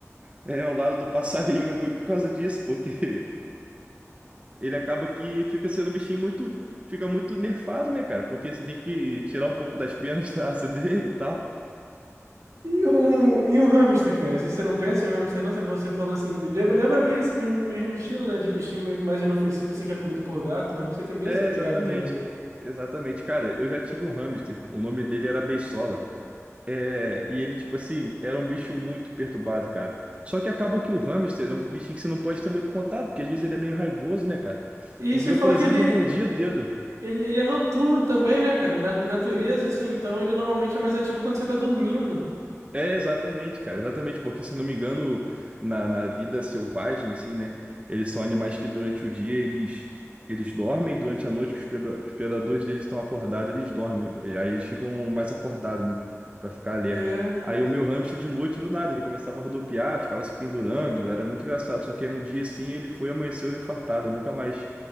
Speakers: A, on the right; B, on the right.
A: É, o lado do passarinho <laughs> é ruim por causa disso, porque <laughs> ele acaba que fica sendo um bichinho muito, fica muito nerfado, né, cara? Porque você tem que tirar um pouco das penas <laughs> da asa dele e tal.
B: E um, e um hamster, cara? Se você não pensa em um hamster, não, você falou, você falou assim, lembra, lembra bem esse mesmo mesmo estilo, né? De bichinho meio mais inofensivo, assim, que é comido por gato. O hamster tem bem
A: É,
B: essa pegada
A: exatamente.
B: também.
A: Exatamente, cara, eu já tive um hamster, o nome dele era Beisola. É, e ele, tipo assim, era um bicho muito perturbado, cara. Só que acaba que o hamster é um bichinho que você não pode ter muito contato, porque às vezes ele é meio raivoso, né, cara?
B: E
A: O
B: você
A: meu,
B: fala
A: por exemplo,
B: que ele,
A: mordia o dedo.
B: ele, ele é noturno também, né, cara? Na natureza, assim, então ele normalmente é mais ativo quando você tá dormindo.
A: É, exatamente, cara, exatamente, porque se eu não me engano, na, na vida selvagem, assim, né, eles são animais que durante o dia eles, eles dormem, e durante a noite que os preda- os predadores deles estão acordados, eles dormem, e aí eles ficam mais acordados, né, Pra ficar alerta.
B: É,
A: Aí o meu hamster de noite do nada, ele começava a rodopiar, ficava se pendurando, era muito engraçado, só que aí um dia assim ele foi e amanheceu infartado, eu nunca mais